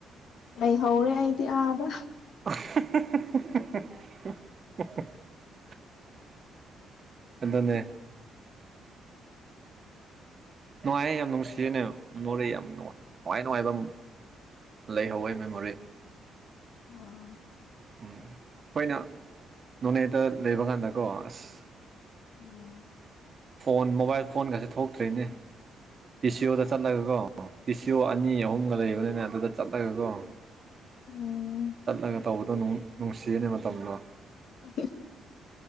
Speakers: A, on the left; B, on the right.
A: ꯂꯩ ꯍꯧꯧꯔꯦ ꯑꯩꯗꯤ ꯑꯥꯗ
B: <unintelligible> ꯑꯦꯇꯅꯦ ꯅꯨꯡꯉꯥꯏꯌꯦꯦ ꯌꯥꯝ ꯅꯨꯡꯁꯤꯖꯅꯦ ꯅꯣꯔꯦ ꯌꯥꯝ ꯅꯨꯡꯉꯥꯏ ꯅꯨꯡꯉꯥꯏꯕ ꯑꯃ ꯂꯩꯍꯋꯥꯏ ꯃꯦꯃꯣꯔꯤ
A: ꯎꯝ
B: ꯎꯝ ꯑꯩꯈꯣꯏꯅ ꯅꯣꯅꯦꯗ ꯂꯩꯕ ꯀꯥꯟꯗꯀꯣ ꯑꯁ
A: ꯎꯝ
B: ꯐꯣꯟ ꯃꯣꯕꯥꯏꯜ ꯐꯣꯟꯒꯁꯦ ꯊꯣꯛꯇ꯭ꯔꯤꯅꯦ ꯑꯦꯁꯤ ꯑꯣꯗ ꯆꯠꯂꯒꯀꯣ ꯄꯤꯁꯤꯣ ꯑꯅꯤ ꯑꯍꯨꯝꯒ ꯂꯩꯕꯅꯤꯅꯦ ꯑꯗꯨꯗ ꯆꯠꯂꯒꯀꯣ
A: ꯎꯝ
B: ꯆꯠꯂꯒ ꯇꯧꯕꯗꯣ ꯅꯨꯡꯁꯤꯔꯅꯤ ꯃꯇꯝꯗꯣ
A: ꯑ